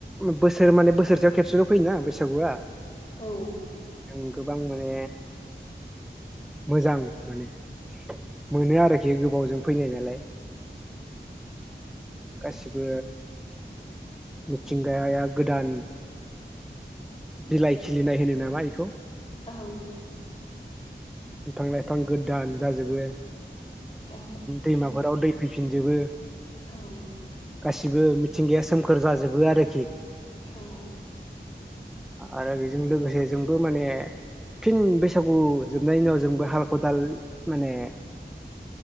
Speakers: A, in the centre; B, on the left.
A: बोसोर माने बोसोरसेयाव खेबसेल' फैयोना बैसागुआ।
B: औ
A: जों गोबां माने मोजां माने। मोनो आरोखि गोबावजों फैनाय नालाय। गासिबो मिथिंगाया गोदान बिलाइ खिलिनाय होनो नामा बेखौ?
B: औ
A: बिफां लाइफां गोदान जाजोबो
B: औ
A: दैमाफोराव
B: नंगौ
A: दै फैफिनजोबो।
B: औ
A: गासिबो मिथिंगाया सोमखोर जाजोबो आरोखि।
B: औ
A: आरो बेजों लोगोसे जोंबो माने फिन बैसागु जोबनायनि उनाव जोंबो हाल खदाल माने